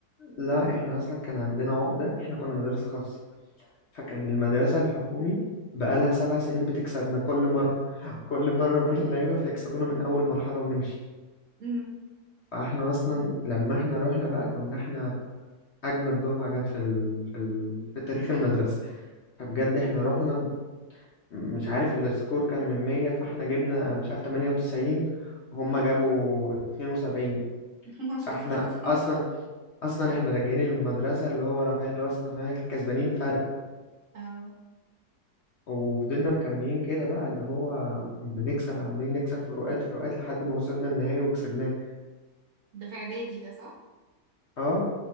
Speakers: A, on the left (about 55°); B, on the right (about 60°).
A: لا احنا اصلا كان عندنا عقده احنا كنا مدرسه خاصه فكان المدرسه الحكومي بقالها سبع سنين بتكسبنا كل مره كل مره نروح نلعبها فيكسبونا من اول مرحله ونمشي
B: امم
A: فاحنا اصلا لما احنا رحنا بقى كنا احنا اجمد دفعه جت في ال... في ال... في تاريخ المدرسه فبجد احنا رحنا مش عارف السكور كان من 100 فاحنا جبنا مش عارف 98 وهم جابوا 72
B: <laughs> ما شاء
A: فاحنا
B: الله
A: اصلا
B: <laughs>
A: اصلا احنا راجعين المدرسه اللي هو رافعين راسنا فاهم كسبانين فرق
B: اه
A: وفضلنا مكملين كده بقى اللي هو بنكسب عمالين نكسب فروقات فروقات لحد ما وصلنا النهائي وكسبناه
B: ده في اعدادي ده صح
A: اه